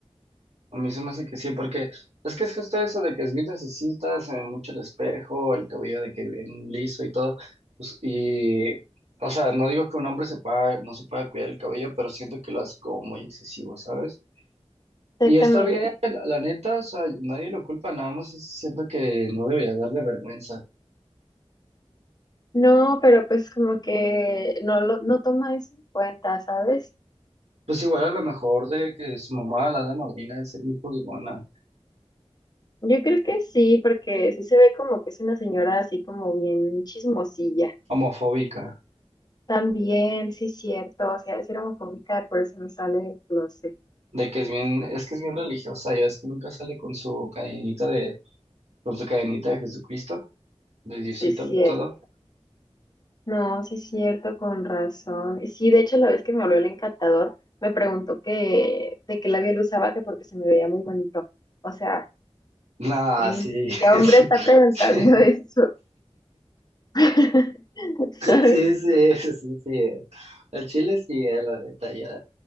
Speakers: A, on the right (about 85°); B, on the left (about 40°).
A: A mí se me hace que sí, porque es que es justo eso de que es bien necesita, se ve mucho el espejo, el cabello de que bien liso y todo. pues, y, o sea, no digo que un hombre se pueda, no se pueda cuidar el cabello, pero siento que lo hace como muy excesivo, ¿sabes?
B: exactamente.
A: Y está bien, la, la neta, o sea, nadie lo culpa, nada más es- siento que no debería darle vergüenza.
B: No, pero pues como que no lo no toma eso en cuenta, ¿sabes?
A: Pues igual a lo mejor de que su mamá, la de madrina, de ser muy juzgona,
B: Yo creo que sí, porque sí se ve como que es una señora así como bien chismosilla.
A: homofóbica.
B: También, sí cierto, o sea, es homofóbica, por eso no sale del closet.
A: De que es bien, es que es bien religiosa, ya es que nunca sale con su cadenita de, con su cadenita de Jesucristo, de Diosito
B: Sí cierto.
A: lo todo.
B: No, sí es cierto, con razón. Y Sí, de hecho, la vez que me habló el encantador, me preguntó que de qué labial usaba, que porque se me veía muy bonito. O sea,
A: Nah,
B: ¿quién,
A: sí,
B: qué
A: <laughs>
B: hombre
A: sí,
B: está preguntando
A: sí,
B: eso? <laughs> ¿Sabes?
A: sí, sí, es, sí, sí, es. El chile sí es, la neta, ya.